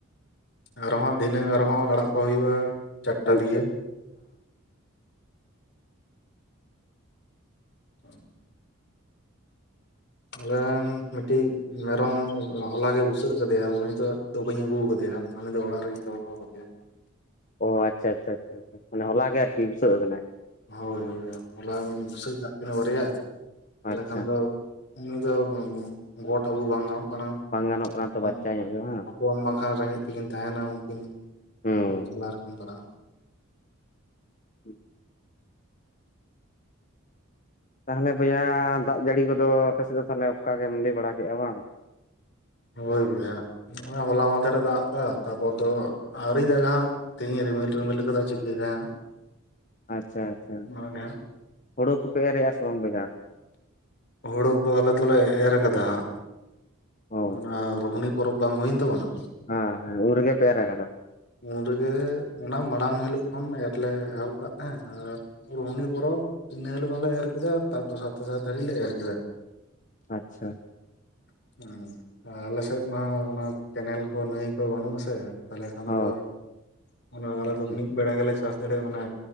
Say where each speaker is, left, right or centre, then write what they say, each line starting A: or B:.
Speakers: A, on the left; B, on the left.
A: ᱟᱨᱦᱚᱸ ᱫᱷᱤᱱᱟᱹᱝ ᱟᱨᱦᱚᱸ ᱟᱲᱟᱜ ᱠᱚ ᱦᱩᱭᱩᱜᱼᱟ ᱪᱟᱨᱴᱟ
B: ᱟᱭᱩᱵ
A: ᱫᱤᱜᱮ
B: ᱥᱮᱫ
A: ᱦᱩᱸ ᱟᱞᱮ ᱨᱮᱱ ᱢᱤᱫᱴᱤᱡ ᱢᱮᱨᱚᱢ ᱦᱚᱞᱟᱜᱮ ᱵᱩᱥᱟᱹᱜ ᱠᱟᱫᱮᱭᱟᱭ ᱱᱤᱛᱚᱜ ᱫᱚ ᱵᱟᱹᱧ ᱟᱹᱜᱩ ᱠᱟᱫᱮᱭᱟ ᱩᱱᱤ ᱫᱚ ᱚᱲᱟᱜ ᱨᱮᱜᱮᱧ ᱫᱚᱦᱚ ᱦᱚᱴᱚ ᱠᱟᱫᱮᱭᱟ
B: ᱚ ᱟᱪᱪᱷᱟ ᱟᱪᱪᱷᱟ ᱟᱪᱪᱷᱟ ᱢᱟᱱᱮ ᱦᱚᱞᱟ ᱜᱮ ᱟᱨᱠᱤ ᱵᱩᱥᱟᱹᱜ ᱠᱟᱱᱟᱭ
A: ᱦᱳᱭ ᱦᱳᱭ ᱦᱚᱞᱟ ᱩᱱᱤ ᱵᱩᱥᱟᱹᱜ ᱠᱟᱜ ᱠᱤᱱᱟᱹ ᱵᱟᱨᱭᱟ ᱛᱟᱦᱚᱞᱮ
B: ᱟᱪᱪᱷᱟ
A: ᱠᱷᱟᱱ ᱫᱚ ᱩᱱᱤ ᱫᱚ ᱜᱚᱴ ᱟᱹᱜᱩ ᱵᱟᱝ ᱜᱟᱱᱚᱜ ᱠᱟᱱᱟ
B: ᱵᱟᱝ ᱜᱟᱱᱚᱜ ᱠᱟᱱᱟ
A: ᱦᱚᱯᱚᱱ
B: ᱛᱚ ᱵᱟᱪᱪᱟ ᱧᱚᱜ ᱜᱮᱭᱟ ᱵᱟᱝ
A: ᱦᱚᱯᱚᱱ ᱵᱟᱝ ᱠᱷᱟᱱ ᱨᱮᱸᱜᱮᱡ ᱛᱮᱠᱤᱱ ᱛᱟᱦᱮᱱᱼᱟ ᱩᱱᱠᱤᱱ
B: ᱦᱩᱸ
A: ᱡᱟᱞᱟ ᱨᱮᱠᱤᱱ ᱯᱟᱲᱟᱜᱼᱟ
B: ᱦᱮᱸ <unintelligible> ᱛᱟᱦᱚᱞᱮ ᱵᱚᱭᱦᱟ ᱫᱟᱜ ᱡᱟᱹᱲᱤ ᱠᱚᱫᱚ ᱟᱯᱮ ᱥᱮᱜ ᱫᱚ ᱛᱟᱦᱚᱞᱮ ᱚᱱᱠᱟ ᱜᱮᱢ ᱞᱟᱹᱭ ᱵᱟᱲᱟ ᱠᱮᱜᱼᱟ ᱵᱟᱝ ᱦᱮᱸ
A: ᱦᱳᱭ ᱵᱚᱭᱦᱟ ᱱᱚᱸᱜᱼᱚᱭ ᱦᱚᱞᱟ ᱢᱚᱫᱷᱮᱨ ᱮ ᱫᱟᱜ ᱠᱟᱜ‌ ᱛᱟᱯᱚᱨ ᱫᱚ ᱟᱹᱣᱨᱤ ᱫᱟᱜ ᱟ ᱦᱟᱸᱜ ᱛᱮᱦᱤᱧ ᱨᱤᱢᱤᱞ ᱨᱤᱢᱤᱞ ᱠᱟᱫᱟ ᱪᱤᱠᱟᱹᱭ ᱫᱟᱭ ᱦᱟᱸᱜ
B: ᱟᱪᱪᱷᱟ ᱟᱪᱪᱷᱟ
A: ᱚᱱᱟᱜᱮ ᱦᱟᱸᱜ
B: ᱦᱩᱲᱩ ᱠᱚᱯᱮ ᱮᱨᱮᱼᱮᱜ ᱟ ᱥᱮ ᱵᱟᱝ ᱵᱚᱭᱦᱟ
A: ᱦᱩᱲᱩ ᱠᱚ ᱟᱞᱮ ᱫᱚᱞᱮ ᱮᱨ ᱟᱠᱟᱫᱟ ᱦᱟᱸᱜ᱾
B: ᱚ
A: ᱚᱱᱟ ᱨᱩᱦᱱᱤ ᱯᱚᱨᱚᱵᱽ ᱵᱟᱝ ᱦᱩᱭᱮᱱ ᱛᱟᱵᱚᱱᱟ
B: ᱦᱮᱸ ᱦᱮᱸ ᱩᱱᱨᱜᱮ ᱯᱮ ᱮᱨ ᱟᱠᱟᱫᱟ?
A: ᱩᱱ ᱨᱮᱜᱮ ᱚᱱᱟ ᱢᱟᱲᱟᱝ ᱦᱤᱞᱚᱜ ᱠᱷᱚᱱ ᱮᱨ ᱞᱮ ᱮᱦᱚᱵ ᱟᱠᱟᱫ ᱛᱟᱦᱮᱸ ᱟᱨ ᱨᱩᱦᱱᱤ ᱯᱚᱨᱚᱵᱽ ᱤᱱᱟᱹ ᱦᱤᱞᱳᱜ ᱦᱚᱸᱞᱮ ᱮᱨ ᱠᱮᱫᱟ ᱛᱟᱵ ᱫᱚᱥᱟᱨ ᱛᱮᱥᱟᱨ ᱫᱷᱟᱹᱨᱤᱡ ᱞᱮ ᱮᱨ ᱠᱮᱫᱟ᱾
B: ᱟᱪᱷᱟ
A: <inaudible> ᱩᱸ ᱟᱞᱮ ᱥᱮᱫ ᱢᱟ ᱚᱱᱟ ᱠᱮᱱᱮᱞ ᱠᱚ ᱱᱟᱹᱭ ᱠᱚ ᱵᱟᱹᱱᱩᱜ ᱟ ᱥᱮ ᱛᱟᱦᱞᱮ ᱠᱷᱟᱱ
B: ᱚ
A: ᱫᱚ ᱚᱱᱟ ᱟᱞᱮ
B: ᱟᱪᱪᱷᱟ
A: ᱫᱚ ᱢᱤᱫ ᱵᱮᱲᱟ ᱜᱮᱞᱮ ᱪᱟᱥ ᱫᱟᱲᱤᱭᱟᱜ ᱢᱟᱱᱮ